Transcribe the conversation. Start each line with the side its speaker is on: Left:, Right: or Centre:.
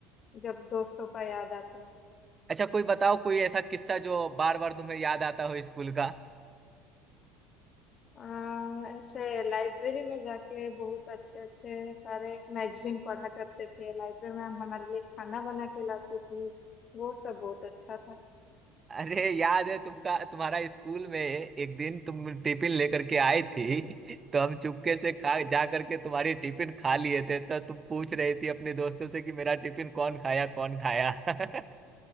Left: जब दोस्तों का याद आता है
Right: अच्छा कोई बताओ कोई ऐसा किस्सा जो बार बार तुम्हें याद आता हो स्कूल का
Left: आ, ऐसे लाइब्रेरी में जाके बहुत अच्छे अच्छे सारे मैगजीन पढ़ा करते थे लाइब्रेरी में हम हमारे लिए खाना बना के लाती थी वो सब बहुत अच्छा था
Right: अरे याद है तुमका तुम्हारा स्कूल में एक दिन तुम टिफिन लेकर के आई थी <laughs> तो हम चुपके से खा जा करके तुम्हारी टिफिन खा लिए थे तो तुम पूछ रही थी अपने दोस्तों से कि मेरा टिफिन कौन खाया कौन खाया <laughs>